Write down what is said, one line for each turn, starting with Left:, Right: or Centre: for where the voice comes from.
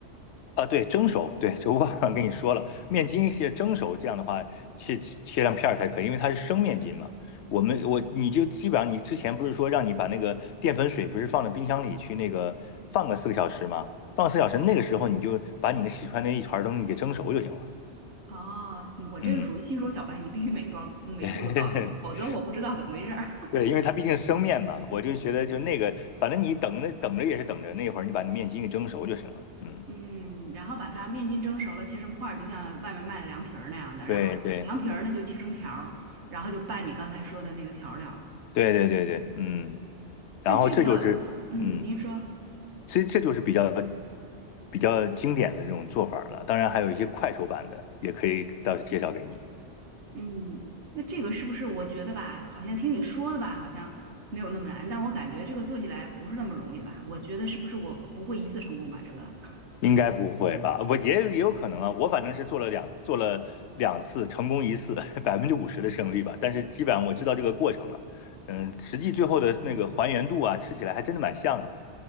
Left: 啊，对，蒸熟，对，就忘了跟你说了，面筋是蒸熟，这样的话切切成片儿才可以，因为它是生面筋嘛。我们我你就基本上你之前不是说让你把那个淀粉水不是放到冰箱里去那个放个四个小时吗？放四小时，那个时候你就把你那洗出来那一团儿东西给蒸熟就行了。
Right: 哦，你我这个属于新手小白，
Left: 嗯，
Right: 你必须每包每一步都告诉我，
Left: <laughs>
Right: 否则我不知道怎么回事儿。
Left: 对，因为它毕竟是生面嘛，我就觉得就那个，反正你等着等着也是等着，那会儿你把那面筋给蒸熟就行了。嗯，
Right: 嗯，然后把它面筋蒸熟了，切成块儿，就像外面卖的凉皮儿那样的。
Left: 对对
Right: 然后凉皮儿呢就切成条儿，然后就拌你刚才说的那个调料儿
Left: 对对对对，嗯。然后这就是嗯。
Right: 但这个，嗯嗯，您说，
Left: 其实这就是比较比较经典的这种做法儿了。当然，还有一些快手版的，也可以到时介绍给你。
Right: 嗯，那这个是不是我觉得吧，好像听你说的吧，好像没有那么难，但我感觉这个做起来不是那么容易的吧？我觉得是不是我不会一次成功吧？这个，
Left: 应该不会吧？我也也有可能啊。我反正是做了两做了两次，成功一次，<laughs> 百分之五十的胜率吧。但是基本上我知道这个过程了。嗯，实际最后的那个还原度啊，吃起来还真的蛮像的。